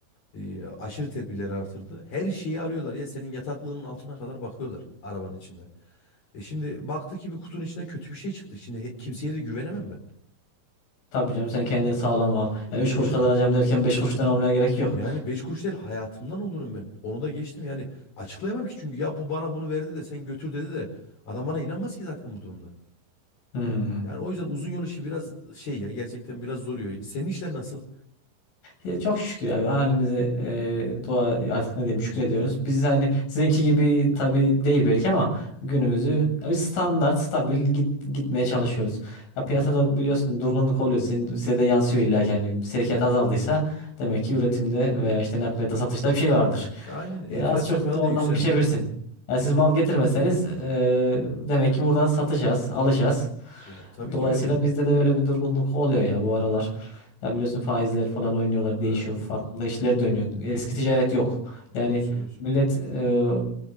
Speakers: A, on the left; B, on the left.
A: e, aşırı tedbirleri artırdı. Her şeyi arıyorlar ya senin yataklığının altına kadar bakıyorlar arabanın içinde. E şimdi baktı ki bir kutunun içinden kötü bir şey çıktı. Şimdi he- kimseye de güvenemem ben.
B: Tabii canım sen kendini sağlam al.
A: E
B: Yani 3 kuruş
A: Yani
B: kazanacağım derken 5 kuruştan olmaya gerek yok.
A: Yani beş kuruş değil hayatımdan olurum ben. Onu da geçtim yani açıklayamam ki çünkü ya bu bana bunu verdi de sen götür dedi de adam bana inanmaz ki zaten bu durumda.
B: Hmm.
A: Yani o yüzden uzun yol işi biraz şey ya gerçekten biraz zoruyor. Senin işler nasıl?
B: Ya çok şükür abi halimize e, dua artık ne
A: Hı
B: diyeyim
A: hı.
B: şükrediyoruz. Biz hani sizinki gibi tabii değil belki ama günümüzü ya biz standart stabil git, gitmeye çalışıyoruz. Ya
A: Evet.
B: piyasada biliyorsun durgunluk
A: Hı
B: oluyor.
A: hı.
B: Sizin, size de yansıyor illa ki hani sevkiyat azaldıysa demek ki üretimde veya işte nakliyata satışta bir şey vardır.
A: Aynen enflasyon
B: E, az çok
A: falan
B: da oradan
A: da yükseldi.
B: biçebilirsin. Yani siz mal getirmeseniz e, demek ki buradan satacağız, alacağız.
A: Ya tabii
B: Dolayısıyla
A: ki öyle.
B: bizde de böyle bir durgunluk oluyor ya bu aralar. Ya biliyorsun faizler falan oynuyorlar,
A: Ha,
B: değişiyor, farklı işler dönüyor. Eski ticaret yok. Yani
A: doğru söylüyorsun.
B: millet e,